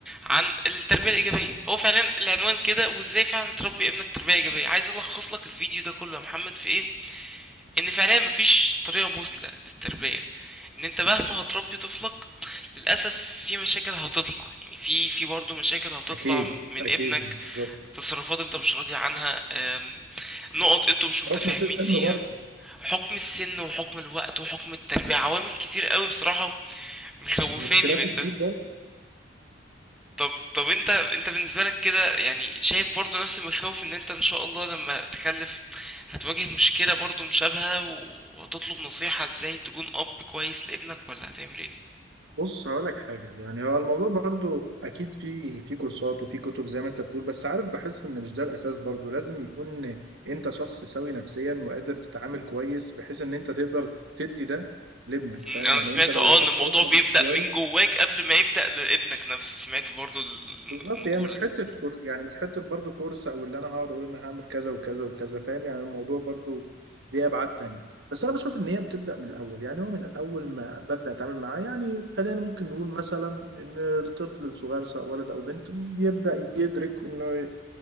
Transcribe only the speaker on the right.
أكيد
أكيد
بالظبط
حكم السن
برضه
اختلاف
الجيل
برضه
بص هقول لك حاجه يعني هو الموضوع برضه اكيد في في كورسات وفي كتب زي ما انت بتقول بس عارف بحس ان مش ده الاساس برضه لازم يكون انت شخص سوي نفسيا وقادر تتعامل كويس بحيث ان انت تقدر تدي ده لابنك
فاهم
يعني
انت لو
شخص
اصلا
مش كويس
بالظبط هي مش
حته كور... يعني مش حته برضو كورس او اللي انا هقعد اقول انا هعمل كذا وكذا وكذا فاهم يعني الموضوع برضو ليه ابعاد تانية بس انا بشوف ان هي بتبدا من الاول يعني هو من اول ما ببدا اتعامل معاه يعني خلينا ممكن نقول مثلا ان الطفل الصغير سواء ولد او بنت بيبدا يدرك انه